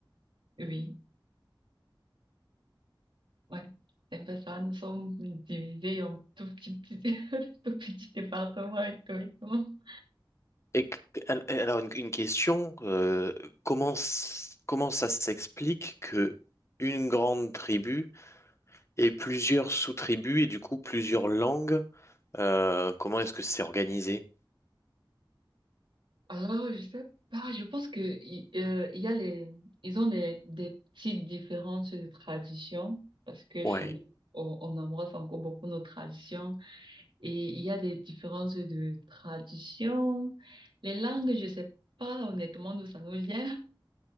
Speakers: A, on the right (about 75°); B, on the left (about 35°).
A: Oui. Ouais, c'est un peu ça. Nous sommes divisés en tout petit, petit, <laughs> tout petit département et tout et tout.
B: Et que- al- alors, une, une question, euh, comment, s- comment ça s'explique que une grande tribu ait plusieurs sous-tribus et du coup plusieurs langues, euh, comment est-ce que c'est organisé?
A: Alors, je sais pas, je pense que il euh, il y a les, ils ont des, des petites différences de tradition parce que
B: Ouais.
A: chez nous, on, on embrasse encore beaucoup nos traditions et il y a des différences de tradition. Les langues, je sais pas honnêtement d'où ça nous vient.